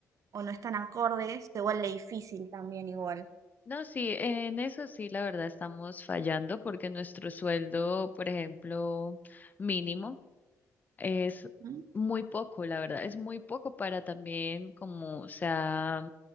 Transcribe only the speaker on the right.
o no están acordes, se vuelve difícil también igual.
¿Mm?